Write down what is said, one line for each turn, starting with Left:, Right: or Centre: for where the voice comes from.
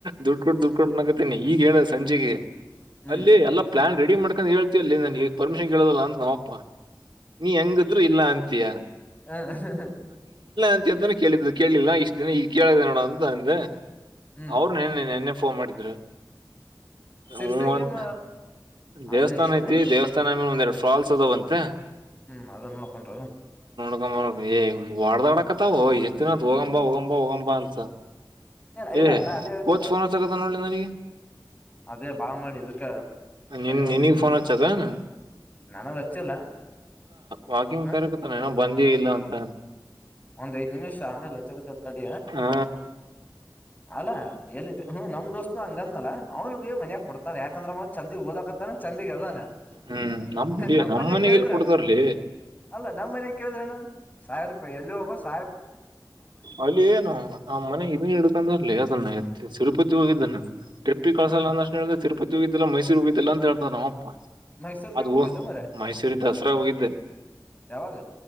Right: ದುಡ್ಡು ಕೊಟ್ಟ ಡ್ಡುಡ್ ಕೊಟ್ಟ ಅನಕತಿನಿ ಈಗ ಹೇಳ ಸಂಜಿಗಿ.
Left: ಹ್ಮ್
Right: ಅಲ್ಲಿ ಎಲ್ಲ ಪ್ಲಾನ್ ರೆಡಿ. ಮಾಡ್ಕೊಂಡು ಹೇಳ್ತಿ ಅಲ್ಲಾ ಲೆ ನನ್ಗ ಈಗ ಪರ್ಮಿಷನ್ಳೋಲ್ಲ ಅಂತ ನಮ್ಮಪ್ಪ. ನೀ ಹೆಂಗ. ಆದ್ರರು ಇಲ್ಲ ಅಂತಯಾ.
Left: ಹ ಹ ಹ.
Right: ಅಂತಾನೇ ಕೇಳಿದ್ದು ಕೇಳಿಲ್ಲ ಇಷ್ಟ ದಿನ ಈ ಕೇಳಿದೆ ನೋಡ ಅಂತ ಅಂದೆ.
Left: ಹ್ಮ್
Right: ಅವ್ರನ್ನನ್ನೆ. ಫೋನ್ ಮಾಡಿದ್್ರ.
Left: ಸಿರ್ಸಾಗ
Right: ಹ್ಮ ಅಂತ
Left: ಏನ್ ಅಂದ್ರೆ
Right: ದೇವಸ್ಥಾನ
Left: ಏನ್
Right: ಐತಿ
Left: ಮಾಡೋದು
Right: ದೇವಸ್ಥಾನಮೇಲೆ ಒಂದ್ೆರಡು. ಫಾಲ್ಸ್ ಅದಾವಂತ.
Left: ಹ್ಮ್. ಅ ನೋಡಕೊಂಡ.
Right: <unintelligible> ವಡ್ದಾಡಕತ್ತಾವ ಎಷ್ಟ್ ದಿನತ್ ಹೋಗಂಬಾ ಹೋಗಂಬಾ ಹೋಗಂಬಾ ಅಂತ.
Left: ಏನ್ ಇಲ್ಲ
Right: ಏ
Left: ನಾ ಅದೇ ಹೇಳಿದ್ದಲ್ಲ
Right: ಕೋಚ್ ಫೋನ್ಗ ಅಚ್ಚಕ್ಕ ನೋಡಲಿ ನನಗೆ. ಹ್ಮ.
Left: ಅದೇ ಬಾ ಮಾಡಿ ಇದಕ್ಕೆ ತಡೆ
Right: ನಿನ್
Left: ಒಂದ್
Right: ನಿನಗ್
Left: ಐದ್ ನಿಮಿಷ
Right: ಫೋನ್ ಹಚ್ಚದನ
Left: ನನಗ ಹಚ್ಚಿಲ್ಲ.
Right: ವಾಕಂಗ್್ಯ.
Left: ಹ
Right: ಬಂದಿ ಇಲ್ಲ ಅಂತ.
Left: ಒಂದ್ ಐದು ನಿಮಿಷ ಆಮೇಲೆ ಲ ಜಗದ ಹೊತ್ತಾಡಿ.
Right: ಹಾ.
Left: ಅಲ್ಲ ಎಲ್ಲಿದ್ದ ಹ ನಮ್ ದೋಸ್ತನು ಹಂಗಂದಲ್ಲಾ ಅವನಗ ಮನ್ಯಾಗ ಕೊಡ್ತಾರ ಯಾಕಂದ್ರ ಅವ ಚಂದಿ ಓದಕತ್ತಾನ ಚಂದಗ ಅ್ದಾನ
Right: ಹ್ಮ್ ಇಲ್ಲಿ
Left: ನಮ್ ಮನ್ಯ
Right: ಮನೆಗ್
Left: ಕೇಳಿದ್ರ
Right: ಎಲ್ ಕೊಡ್ತಾರಲಿ
Left: ಅಲ್ಲ ನಮ್ ಮನ್ಯಾಗ ಕೇಳಿದ್ರನ. ಸಾವಿ ರಪಿ. ಎಲ್ಲಿ ವಾಪಸ್
Right: ಅಲ್ಲಿ ಏನು ಆ್ ಮನೆ ಇದನ್ ಹಿಡ್ಕಂದ್ರಲಿ ಅದನ್ನತ್ತ ಸಿಲ್ಪ. ತ್ ಹೋಗಿದ್ದಾನ. ಪ ಕಸ
Left: ಹ
Right: ಲಾ. ತಿರುಪತಿ ಹೋಗಿದ್ದಿಲ್ಲ ಮೈಸೂ ಹೋಗಿದ್ದಿಲ್ಲ ಅಂತ ಹಳ್ತ ನಾವು. ಾ
Left: ಮೈಸೂರ್ಗೆ
Right: ಅದು
Left: ಹೋಗಿದ್ದು ಮರ
Right: ಮೈಸೂರಿ ದಸರಾ ಹೋಗಿದ್ದೆ.
Left: ಯಾವಾಗ